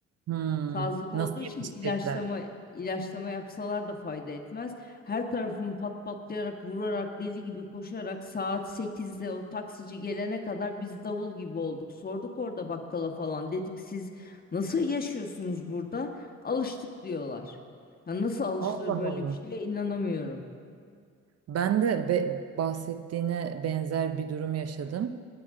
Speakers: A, on the right; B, on the left.
A: Hmm,
B: Sazlık olduğu
A: nasıl
B: için
A: yetişecekler?
B: ilaçlama ilaçlama yapsalar da fayda etmez. Her tarafımı pat patlayarak, vurarak, deli gibi koşarak saat sekizde o taksici gelene kadar biz davul gibi olduk. Sorduk orada bakkala falan. Dedik siz nasıl yaşıyorsunuz burada? Alıştık diyorlar. Ya nasıl alışılır
A: Allah
B: böyle
A: Allah.
B: bir şeye inanamıyorum.
A: Ben de be- bahsettiğine benzer bir durum yaşadım.